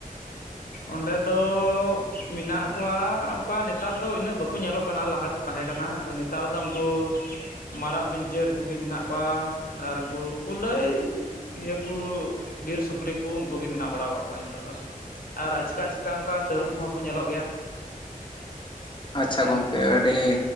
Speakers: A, on the left; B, on the left.
A: ᱚᱸᱰᱮ ᱫᱚ ᱢᱮᱱᱟᱜ ᱠᱚᱣᱟ ᱚᱱᱠᱟ ᱱᱮᱛᱟᱨ ᱫᱚ ᱤᱱᱟᱹᱜ ᱵᱟᱠᱚ ᱧᱮᱞᱚᱜ ᱠᱟᱱᱟ ᱞᱟᱦᱟ ᱠᱚ ᱛᱟᱦᱮᱸ ᱠᱟᱱᱟ ᱟᱫᱚ ᱱᱮᱛᱟᱨ ᱫᱚ ᱩᱱᱠᱩ ᱢᱟᱨᱟᱜ ᱯᱤᱧᱪᱟᱹᱨ ᱠᱚᱜᱮ ᱢᱮᱱᱟᱜ ᱠᱚᱣᱟ ᱟᱨ ᱩᱱᱠᱩ ᱠᱩᱞᱟᱹᱭ ᱤᱭᱟᱹ ᱠᱚ ᱵᱤᱨ ᱥᱩᱠᱨᱤ ᱠᱚ ᱩᱱᱠᱩ ᱜᱮ ᱢᱮᱱᱟᱜ ᱵᱟᱲᱟᱣ ᱠᱟᱫ ᱠᱚᱣᱟ ᱱᱤᱛᱚᱜ ᱫᱚ᱾ ᱟᱨ ᱟᱪᱠᱟ ᱟᱪᱠᱟ ᱚᱱᱠᱟ ᱛᱟᱹᱨᱩᱵᱽ ᱠᱚᱦᱚᱸ ᱠᱚ ᱧᱮᱞᱚᱜ ᱜᱮᱭᱟ᱾
B: ᱟᱪᱪᱷᱟ
A: ᱦᱮᱸ
B: ᱜᱚᱝᱠᱮ ᱟᱹᱰᱤ